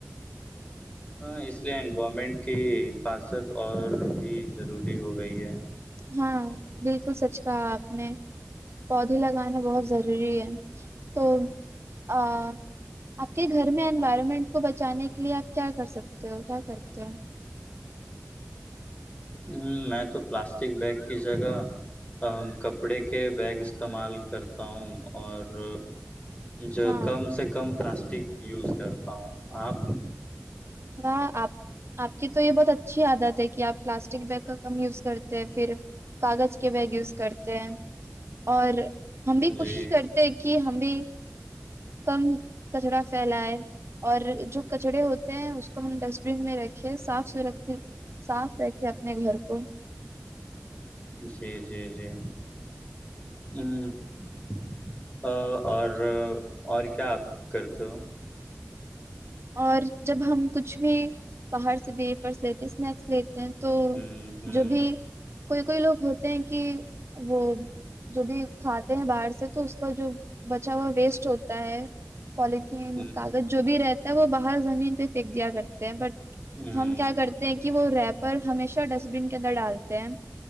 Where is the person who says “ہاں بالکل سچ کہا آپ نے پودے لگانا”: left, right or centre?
Right